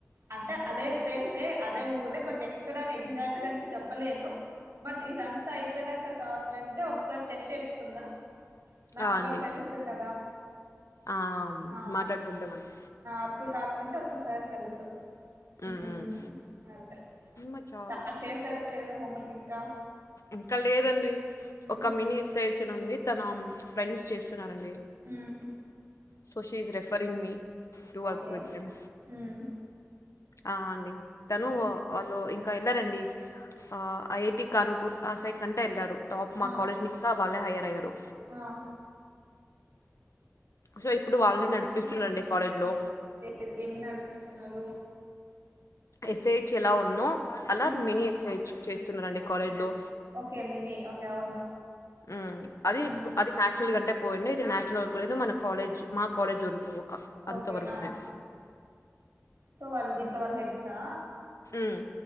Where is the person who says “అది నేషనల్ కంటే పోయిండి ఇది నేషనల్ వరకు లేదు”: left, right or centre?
Left